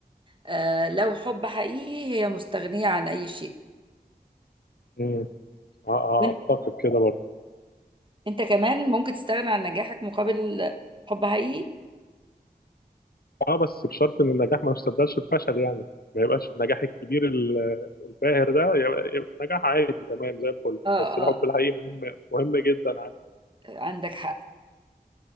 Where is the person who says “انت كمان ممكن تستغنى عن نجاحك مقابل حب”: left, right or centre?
Right